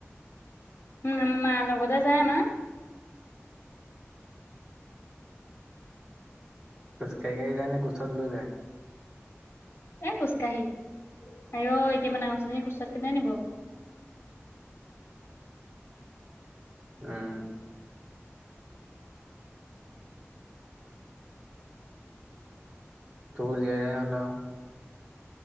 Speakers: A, on the left; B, on the right.
A: উম আমাৰ মাৰ লগতে যায় আমাৰ।
B: খোজকাঢ়িয়ে যায় নে কোচতলৈ যায়।
A: এ খোজকাঢ়ি আয় অই এতিয়া ইমান ডাঙৰ জনীক কোচত কেনে নিব ব
B: উম। তোৰ যে হ'লও